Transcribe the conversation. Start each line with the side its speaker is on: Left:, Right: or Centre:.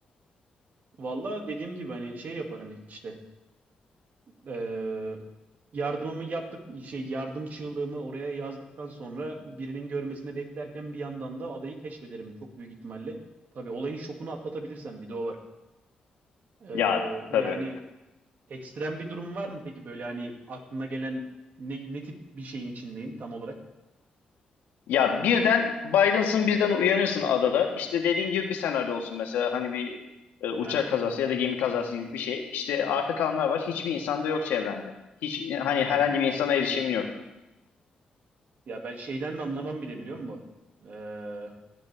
Right: Valla dediğim gibi hani şey yaparım ilk işte. Ee, yardımımı yaptık, şey yardım çığlığımı oraya yazdıktan sonra birinin görmesini beklerken bir yandan da adayı keşfederim çok büyük ihtimalle. Tabii olayın şokunu atlatabilirsem bir de o var. Ee,
Left: Ya
Right: yani
Left: tabii.
Right: Ekstrem bir durum var mı peki böyle hani aklına gelen ne, ne tip bir şeyin içindeyim tam olarak?
Left: Ya birden Byron'sın birden uyanıyorsun adada. İşte dediğin gibi bir senaryo olsun mesela hani bir e, uçak
Right: Aha.
Left: kazası ya da gemi kazası gibi bir şey. İşte arta kalanlar var. Hiçbir insan da yok çevrende. Hiç hani
Right: Aa,
Left: herhangi bir insana erişim yok.
Right: ya ben şeyden de anlamam bile biliyor musun? Ee,